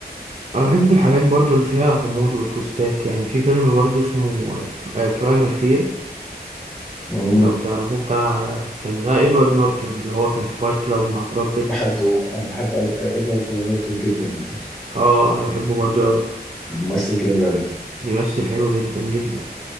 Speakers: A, on the right (about 40°); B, in the centre.
A: أنا بحب الحاجات برضه اللي فيها غموض وتويستات يعني في فيلم برضه اسمه برايمال فير
B: مم.
A: لو تعرفوه بتاع كان بتاع إدوارد نورتون اللي هو كان في فايت كلاب مع براد بيت
B: بحبه انا بحب أد- ادوارد نورتون جدا على فكره
A: اه أنا بحبه برضه أوي
B: ممثل جامد قوي
A: بيمثل حلو جدا جدا